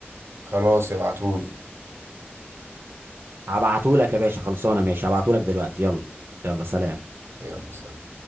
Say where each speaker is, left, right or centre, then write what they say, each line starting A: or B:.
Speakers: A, on the right; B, on the right.
A: خلاص ابعتهولي
B: هبعته لك يا باشا خلصانه ماشي هبعته لك دلوقتي يلا يلا سلام
A: يلا سلام